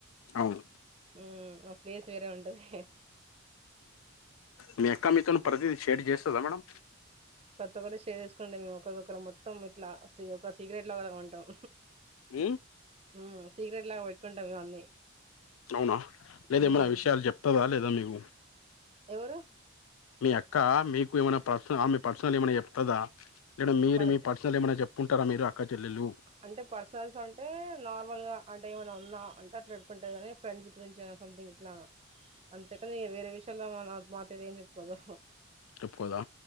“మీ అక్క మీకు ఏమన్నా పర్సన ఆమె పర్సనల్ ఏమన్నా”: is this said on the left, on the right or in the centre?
Left